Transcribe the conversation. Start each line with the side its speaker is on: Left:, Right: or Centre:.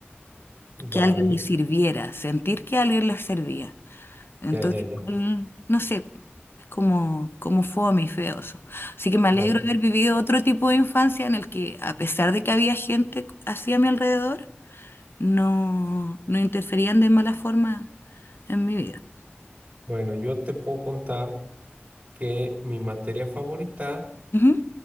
Right: Vale.
Left: que alguien les sirviera, sentir que alguien les servía. Entonces,
Right: Ya, ya, ya.
Left: igual, no sé, es como, como fome y feo eso. Así que me
Right: Vale.
Left: alegro de haber vivido otro tipo de infancia en el que, a pesar de que había gente así a mi alrededor, no, no interferían de mala forma en mi vida.
Right: Bueno, yo te puedo contar que mi materia favorita
Left: Ujú,